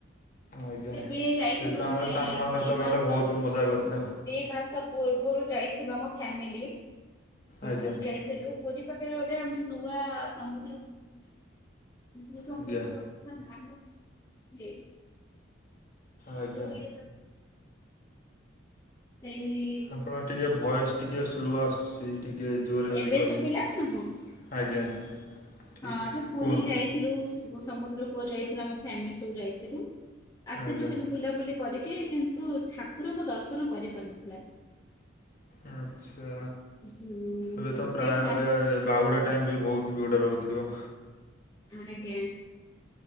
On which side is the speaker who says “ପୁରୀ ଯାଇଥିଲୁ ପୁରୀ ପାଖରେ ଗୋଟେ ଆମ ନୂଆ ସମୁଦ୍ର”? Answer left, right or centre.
Left